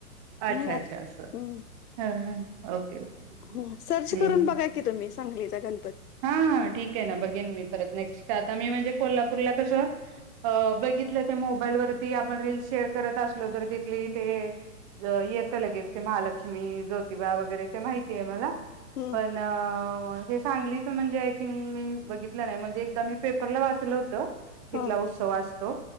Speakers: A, on the right; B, on the left.
A: अच्छा
B: नाही
A: अच्छा
B: आता
A: असं
B: हम्
A: ह ओके ओके
B: ह सर्च
A: ओके
B: करून बघा की की तुम्ही सांगलीचा गणपती
A: हा ठीक आहे ना बघेन मी परत नेक्स्ट आता मी म्हणजे कोल्हापूरला कसं अ बघितलं ते मोबाईलवरती आपण रीलस शेअर करत असलो तर तिथली ते येतं लगेच ते महालक्ष्मी ज्योतिबा वगैरे ते माहिती आहे मला
B: हम्म
A: पण हे सांगली म्हणजे आय थिंक मी बघितलं नाही म्हणजे एकदा मी पेपरला वाचलं होतं तिथला
B: हा
A: उत्सव असतो